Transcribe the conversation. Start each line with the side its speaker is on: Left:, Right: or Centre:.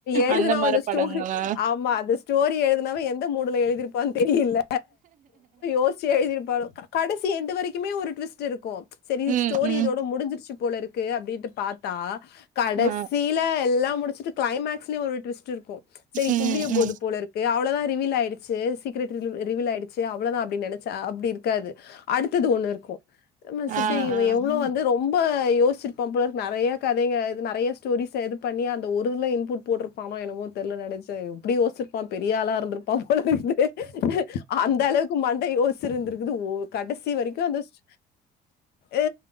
Left: எழுதுனவ
Right: அந்த மார
Left: இந்த ஸ்டோரி
Right: படங்களா?
Left: ஆமா அந்த ஸ்டோரி எழுதுனவ எந் த மூடுல எழுதிருப்பான் தெரியில ஓஸ்ச்சி எழுதிர்ப்பாளநனோ கடசி எண்டு வரைக்கிமே ஒரு ட்விஸ்ட்டு இருக்கு செரி
Right: ம்,
Left: ஸ்டோரி
Right: ம்.
Left: இதோட முடிஞ்சிர்ச்சு போலருக்கு அப்டின்ட்டு பாத்தா கடசீல
Right: ஆ,
Left: எல்லாம் முடிச்சிட்டு க்ளைமேக்ஸ்லியு ஒரு ட்விஸ்ட்டு இருக்கு செரி இப்போ
Right: ம்,
Left: முடியபோது
Right: ம்.
Left: போலருக் கு அவ்ளொதா ரிவீலாய்டுச்சி சீக்ரெட் ரிலு ரிவீல் ஆய்டு ச்சி அவ்ளதா அப்டின் நெனச்சா அப்டி இருக்காது அடுத்தது ஒண்ணு இருக்கு நென்ச்ச
Right: ஆ,
Left: செ இவ
Right: ஆ.
Left: எவ்ளோ வந் து ரொம்ப யோஸ்ச்சிர்ப்பா போலருக் நறைய கதைங்க இது நறைய ஸ்டோரிஸ இது பண்ணி அந்த ஒரு இத்ல இன்ப்புட் போட்ரு பானோ என்னவோ தெர்ல நெனச்ச எப்டி யோஸ்ச்சிர்ப்பா பெரிய ஆளா இருந்துர்ப்பா போலக்து அந்த அளவுக்கு மண்ட யோஸ்சு இருந்துருக்குது ஒ கடசீ வரைக்கு அந்த ஸ் ஆ